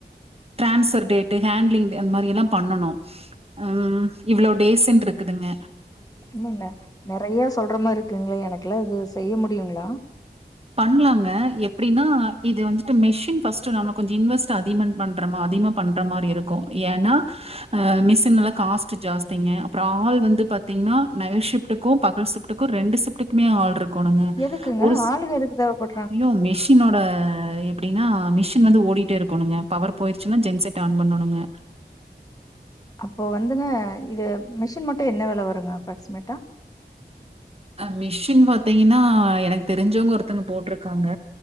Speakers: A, on the right (about 35°); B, on the left (about 20°).
A: டிரான்ஸ்வர் டேட்டு ஹேண்ட்லிங் அந்த மாதிரில்லா பண்ணனு ம் இவ்ளோ டேசுன்ருதுக்குதுங்க
B: இன்று என்ன நறைய சொல்ற மாரி இருக்குங்ளே எனக்குல இது செய்ய முடியுங்ளா
A: பண்ணலாங்க எப்டின்னா இது வந்துட்டு மெஷின் ஃபஸ்ட்டு நம்ம கொஞ்சோ இன்வெஸ்ட் அதிமன் பண்றமா அதிக பன்ற மாரி இருக்கு ஏன்னா அ மிஷின் எல்லா காஸ்ட்டு ஜாஸ்திங்க அப்றோ ஆள் வந்து பாத்திங்ன்னா நைட் ஸிப்ட்டுக்கு பகல் ஸிப்ட் டுக்கு ரெண்டு ஸிப்ட்டுக்குமே ஆள் இருக்கணுங்க
B: எதுக்குங்க
A: ஒரு
B: ஆளுக எதுக்கு தேவ படுது
A: ஐயோ மெஷினோட எப்டி டின்னா மிஷின் வந்து ஓடிட்டே இருக்கணுங்க பவர் போயிருச்சுன்னா ஜென் செட் ஆன் பண்ணணுங்க
B: அப்போ வந்துங்க இது மிஷின் மட்டு என்ன வெல வருங்க அப்ராக்ஸிசிமேட்டா
A: அ மிஷின் பாத்திங்கன்னா எனக்கு தெரிஞ்சவங்க ஒருத்தங்க போட்ருக்காங்க